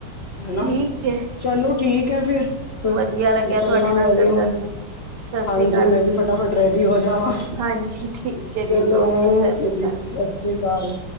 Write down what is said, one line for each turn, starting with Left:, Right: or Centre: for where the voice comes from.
Left: ਹਨਾ
Right: ਠੀਕ ਹੈ
Left: ਚਲੋ ਠੀਕ ਹੈ, ਫਿਰ ਸ
Right: ਵਧੀਆ ਲੱਗਿਆ
Left: ਚੱਲਾ
Right: ਤੁਹਾਡੇ ਨਾਲ
Left: ਮੈਂ ਵੀ
Right: ਗੱਲ
Left: ਹੁਣ
Right: ਕਰਕੇ ਸਤਿ ਸ੍ਰੀ
Left: ਹਾਂਜੀ
Right: ਅਕਾਲ
Left: ਮੈਂ
Right: ਦੀਦੀ
Left: ਵੀ ਫਟਾਫਟ ਰੈਡੀ ਹੋ ਜਾਵਾਂ
Right: ਹਾਂਜੀ ਠੀਕ ਹੈ ਦੀਦੀ
Left: ਚਲੋ
Right: ਸਤਿ
Left: ਓਕੇ
Right: ਸ੍ਰੀ
Left: ਜੀ
Right: ਅਕਾਲ
Left: ਸਤਿ ਸ਼੍ਰੀ ਅਕਾਲ